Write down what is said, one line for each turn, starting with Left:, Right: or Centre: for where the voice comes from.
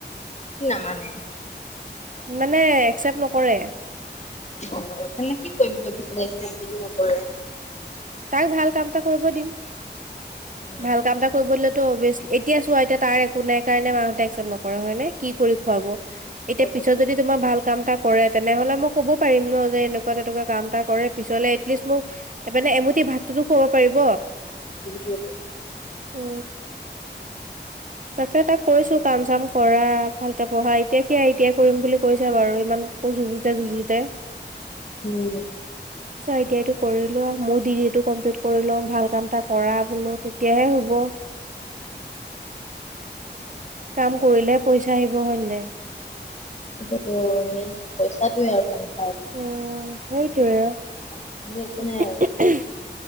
Left: কি নামানে?
Right: মানে একচেপ্ট নকৰে।
Left: অহ', তেনে কি তাই কৰিম বুলি ভাবিছে এতিয়া যদি নকৰে।
Right: তাক ভাল কাম এটা কৰিব দিম।
Left: উ <inaudible>
Right: ভাল কাম এটা কৰিব দিলেতো অবিয়েচ এতিয়া চোৱা এতিয়া তাৰ একো নাই কাৰণে মাহঁতে একচেপ্ট নকৰে হয় নে। কি কৰি খুৱাব এতিয়া
Left: সেইটোৱেটো
Right: পিছত যদি। তো মই ভাল কাম এটা কৰে তেনেহলে মই ক'ব পাৰিম ন যে এনেকুৱা তেনেকুৱা কামটা। কৰে পিছলে এটলিষ্ট মোক মানে এমুঠি ভাতটোতো খুৱাব পাৰিব।
Left: সেইটোৱে ক।
Right: অ। তাকে তাক কৈছো কাম চাম কৰা ভালকে পঢ়া এতিয়া সেয়া এতিয়া কৰিম বুলি। কৈছে বাৰু ইমান কো যুঁজুতে যুঁজোতে।
Left: উম।
Right: চোৱা এতিয়ো কৰিলোৱা মোৰ ডিগ্ৰী টো কমপ্লিট কৰি লওঁ ভাল। কাম এটা কৰা বোলো তেতিয়াহে হ'ব। কাম কৰিলেহে পইচা আহিব হয় নাই।
Left: সেইটোৱে টো মেইন পইচটোৱে আৰু কম।
Right: উম সেইটোৱে উ
Left: নহ'লে একো
Right: উম।
Left: নাই আৰু